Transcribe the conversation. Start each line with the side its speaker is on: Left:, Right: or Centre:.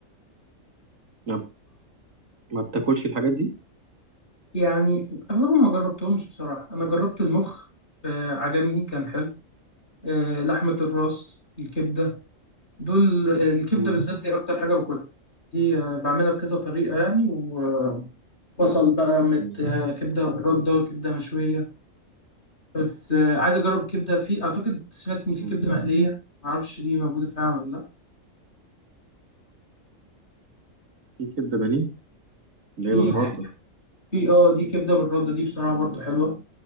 Right: ما, ما بتاكلش الحاجات دي
Left: يعني اغلبهم ما جربتهمش بصراحه انا جربت المخ آه، عجبني كان حلو آه، لحمة الراس الكبدة دول آه، الكبدة
Right: مم.
Left: بالذات هي أكتر حاجة باكلها دي آه، بعملها بكذا طريقة يعني وبصل بقى مت
Right: مم.
Left: آه، كبدة بالردة كبدة مشوية بس آه، عايز أجرب كبدة في أعتقد سمعت إن في
Right: مم.
Left: كبدة مقلية معرفش دي موجودة فعلا ولا لأ
Right: في كبدة بانيه اللي
Left: في
Right: هي بالردة
Left: ك- في اه دي كبدة بالردة دي بصراحة برضو حلوة